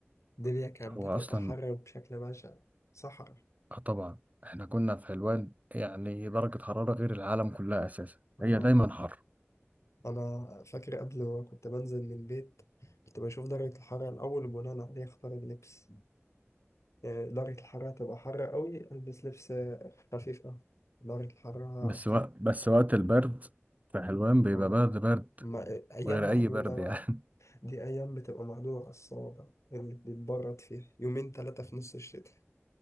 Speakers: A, on the left; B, on the right.
A: الدنيا كانت
B: هو
A: بتبقى
B: أصلا
A: حر بشكل بشع صحرا
B: آه طبعا احنا كنا في حلوان يعني درجة حرارة غير العالم كلها أساسا
A: اه
B: هي دايما حر
A: أنا فاكر قبل ما كنت بنزل من البيت كنت بشوف درجة الحرارة الأول وبناء عليه أختار اللبس آه، درجة الحرارة تبقى حر قوي ألبس لبس آه، خفيف أوي درجة الحرارة
B: بس وقت بس وقت البرد في حلوان بيبقى
A: آه،
B: برد برد
A: ما أيام
B: غير
A: معدودة
B: أي برد
A: بقى.
B: يعني
A: دي أيام بتبقى معدودة على الصوابع اللي بتتبرد فيها يومين تلاتة في نص الشتاء